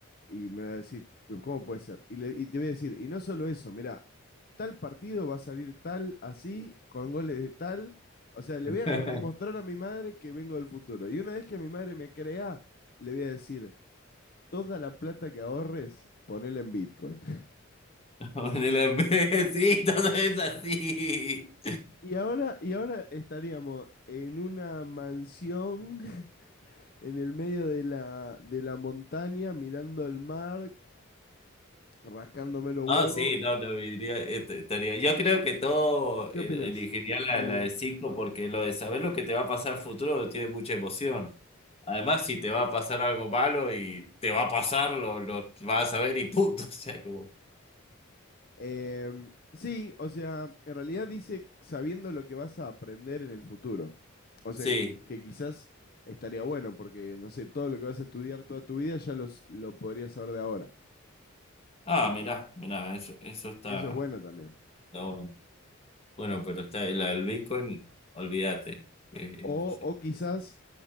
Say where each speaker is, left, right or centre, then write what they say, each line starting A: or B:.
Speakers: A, on the left (about 45°); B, on the left (about 30°).
A: Y me va a decir, "Pero ¿cómo puede ser? Y, le- y te voy a decir, y no solo eso, mira, tal partido va a salir tal así, con goles de tal, o sea, le
B: <laughs>
A: voy a demostrar a mi madre que vengo del futuro. Y una vez que mi madre me crea, le voy a decir, toda la plata que ahorres, ponela en Bitcoin. <laughs>
B: Con el imbécil, todo es así.
A: Y ahora, y ahora estaríamos en una mansión <laughs> en el medio de la, de la montaña, mirando el mar, rascándome los
B: No,
A: huevos.
B: sí, no, no, diría, este, estaría. Yo creo que todo
A: ¿Qué
B: eh,
A: opinas
B: elegiría la,
A: de mí?
B: la de 5 porque lo de saber lo que te va a pasar futuro tiene mucha emoción. Además, si te va a pasar algo malo y te va a pasar, lo, lo vas a saber y punto. <laughs> O sea, como.
A: Em, sí, o sea, en realidad dice sabiendo lo que vas a aprender en el futuro. O sea,
B: Sí.
A: que, que quizás estaría bueno, porque, no sé, todo lo que vas a estudiar toda tu vida ya los, lo podrías saber de ahora.
B: Ah, mirá, mirá, eso, eso está,
A: Eso es bueno también.
B: está bueno. Bueno, pero está la del Bitcoin, olvídate. Eh, eh,
A: O,
B: no sé.
A: o quizás